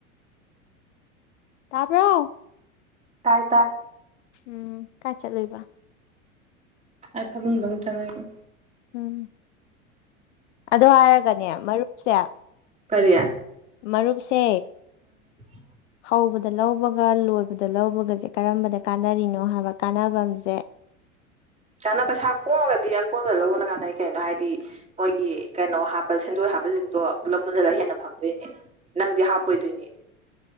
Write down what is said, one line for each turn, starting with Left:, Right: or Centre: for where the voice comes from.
Left: ꯇꯥꯕ꯭ꯔꯣ
Right: ꯇꯥꯏ ꯇ
Left: ꯎꯝ ꯀꯥꯏ ꯆꯂꯣꯏꯕ
Right: ꯍꯥꯏꯐꯕꯨꯡꯗ ꯆꯪꯉꯛꯏꯅꯤ
Left: ꯎꯝ ꯑꯗꯨ ꯍꯥꯏꯔꯒꯅꯦ ꯃꯔꯨꯞꯁꯦ
Right: ꯀꯌꯥ
Left: ꯃꯔꯨꯞꯁꯦ
Right: <inaudible>
Left: ꯍꯧꯕꯗ ꯂꯧꯕꯒ ꯂꯣꯏꯕꯗ ꯂꯧꯕꯒꯁꯦ ꯀꯔꯝꯕꯗ ꯀꯥꯟꯅꯔꯤꯅꯣ ꯍꯥꯏꯕ ꯀꯥꯟꯅꯕ ꯑꯁꯦ
Right: ꯆꯥꯅ ꯄꯩꯁꯥ ꯀꯣꯝꯃꯒꯗꯤ ꯑꯀꯣꯟꯕ ꯂꯧꯕꯅ ꯀꯥꯟꯅꯩ ꯀꯩꯅꯣ ꯍꯥꯏꯗꯤ ꯃꯣꯏꯒꯤ ꯀꯩꯅꯣ ꯍꯥꯞꯄ ꯁꯦꯟꯗꯣꯏ ꯍꯥꯞꯄꯁꯤꯡꯗꯣ ꯄꯨꯂꯞ ꯄꯨꯟꯁꯤꯜꯂꯒ ꯍꯦꯟꯅ ꯐꯪꯗꯣꯏꯅꯦ ꯅꯪꯗꯤ ꯍꯥꯞꯄꯣꯏꯗꯣꯏꯅꯦ